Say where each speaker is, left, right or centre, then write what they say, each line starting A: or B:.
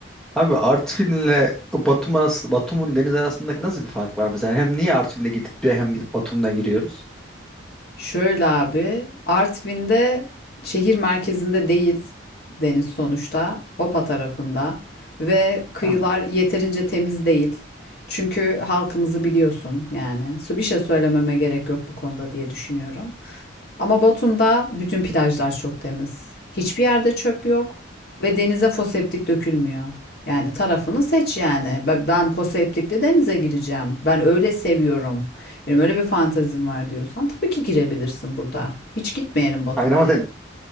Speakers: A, in the centre; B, on the left.
A: Abi Artvin'le Batum arası, Batum'un deniz arasındaki nasıl bir fark var mesela? Hem niye Artvin'de gidip diyor hem gidip Batum'da giriyoruz?
B: Şöyle abi, Artvin'de şehir merkezinde değil deniz sonuçta, Hopa tarafında ve kıyılar
A: Tamam.
B: yeterince temiz değil. Çünkü halkımızı biliyorsun yani. Su bir şey söylememe gerek yok bu konuda diye düşünüyorum. Ama Batum'da bütün plajlar çok temiz. Hiçbir yerde çöp yok ve denize foseptik dökülmüyor. Yani tarafını seç yani. Ben, ben foseptikle denize gireceğim. Ben öyle seviyorum. Benim öyle bir fantazim var diyorsan tabii ki girebilirsin burada. Hiç gitmeyelim Batum'a
A: Hayır ama sen